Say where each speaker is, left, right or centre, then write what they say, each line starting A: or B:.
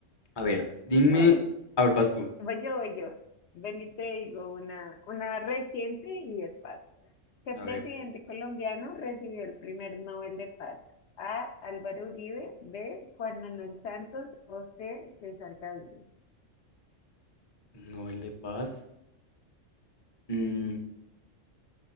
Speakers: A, on the left; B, on the left.
A: a ver, dime.
B: A ver,
A: A ver, vas tú.
B: Voy yo, voy yo. Ven y te digo una, una reciente y es fácil. ¿Qué
A: A
B: presidente
A: ver.
B: colombiano recibió el primer Nobel de Paz? A. Álvaro Uribe. B. Juan Manuel Santos. O C. César Gaviria.
A: Nobel de Paz. Mm,